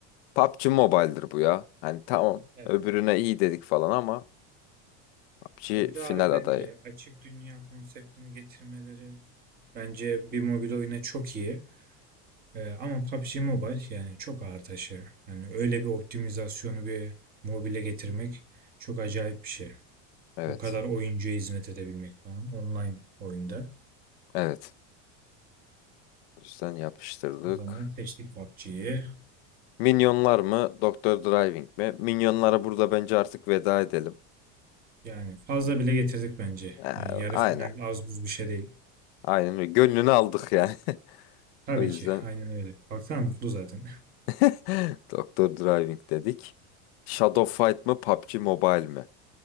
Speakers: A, on the left; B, on the right.
A: PUBG Mobile'dir bu ya. Hani tamam
B: Evet.
A: öbürüne iyi dedik falan ama PUBG
B: Öbürü
A: final
B: harbiden
A: adayı.
B: iyi. Açık dünya konseptini getirmeleri bence bir mobil oyuna çok iyi. Ee, ama PUBG Mobile yani çok ağır taşı. Hani öyle bir optimizasyonu bir mobile getirmek çok acayip bir şey.
A: Evet.
B: O kadar oyuncuya hizmet edebilmek falan online oyunda.
A: Evet. O yüzden yapıştırdık.
B: O zaman seçtik PUBG'yi.
A: Minyonlar mı? Doktor Driving mi? Minyonlara burada bence artık veda edelim.
B: Yani fazla bile getirdik bence.
A: Ee,
B: Yani yarı
A: aynen.
B: final az buz bir şey değil.
A: Aynen öyle. Gönlünü aldık yani. <laughs>
B: Tabii
A: O yüzden
B: ki aynen öyle. Baksana mutlu zaten.
A: <laughs> Doktor Driving dedik. Shadow Fight mı? PUBG Mobile mi?